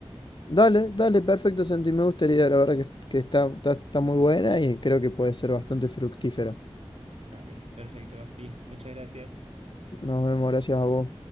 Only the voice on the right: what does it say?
Dale, perfecto, Gaspi. Muchas gracias.